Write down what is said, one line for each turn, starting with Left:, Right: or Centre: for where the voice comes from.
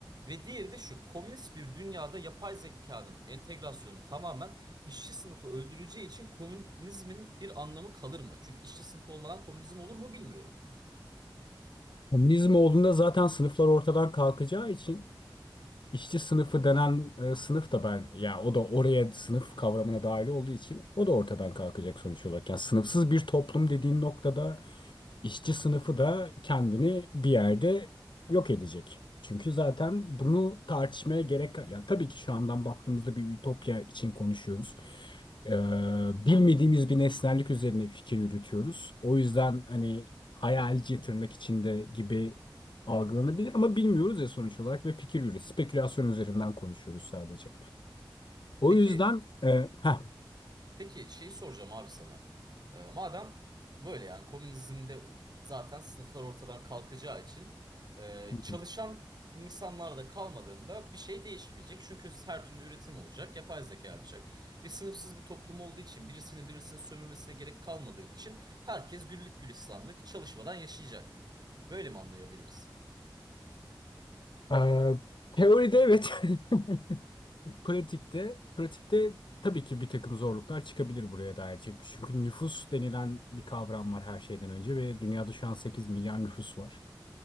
Right: Ve diğeri de şu, komünist bir dünyada yapay zekanın entegrasyonu tamamen İşçi sınıfı öldüreceği için komünizmin bir anlamı kalır mı? Çünkü işçi sınıfı olmadan komünizm olur mu bilmiyorum.
Left: Komünizm olduğunda zaten sınıflar ortadan kalkacağı için işçi sınıfı denen e, sınıf da ben ya o da oraya sınıf kavramına dahil olduğu için o da ortadan kalkacak sonuç olarak. Yani sınıfsız bir toplum dediğin noktada İşçi sınıfı da kendini bir yerde yok edecek. Çünkü zaten bunu tartışmaya gerek yok. ya tabii ki şu andan baktığımızda bir ütopya için konuşuyoruz. Ee, bilmediğimiz bir nesnellik üzerine fikir yürütüyoruz. O yüzden hani hayalci tırnak içinde gibi algılanabilir ama bilmiyoruz ya sonuç olarak ve fikir yürütüyoruz. Spekülasyon üzerinden konuşuyoruz sadece. O
Right: Peki,
Left: yüzden e, heh,
Right: peki şeyi soracağım abi sana. Ee, madem böyle yani komünizmde zaten sınıflar ortadan kalkacağı için e,
Left: Hı
Right: çalışan insanlar da kalmadığında bir şey değişmeyecek. Çünkü her türlü üretim olacak, yapay zeka yapacak. Ve sınıfsız bir toplum olduğu için birisinin birisinin sömürmesine gerek kalmadığı için herkes güllük gülistanlık çalışmadan yaşayacak. Böyle mi anlayabiliriz?
Left: hı. ee, teoride evet <laughs> pratikte pratikte tabii ki bir takım zorluklar çıkabilir buraya dair. Çünkü çünkü nüfus denilen bir kavram var her şeyden önce ve dünyada şu an 8 milyar nüfus var.